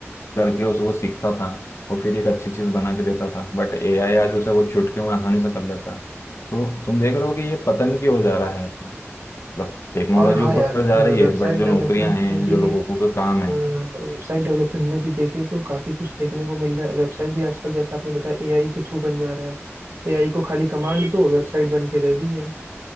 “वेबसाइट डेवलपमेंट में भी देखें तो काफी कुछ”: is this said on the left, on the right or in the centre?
Right